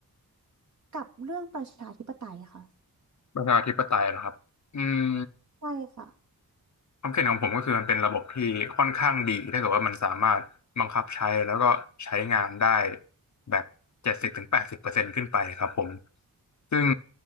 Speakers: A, on the right; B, on the left.
A: กับเรื่องประชาธิปไตยค่ะ
B: ประชาธิปไตยเหรอครับอืม
A: ใช่ค่ะ
B: ความคิดเห็นของผมก็คือมันเป็นระบบที่ค่อนข้างดีถ้าเกิดว่ามันสามารถบังคับใช้แล้วก็ใช้งานได้แบบเจ็ดสิบถึงแปดสิบเปอร์เซ็นต์ขึ้นไปครับผมซึ่ง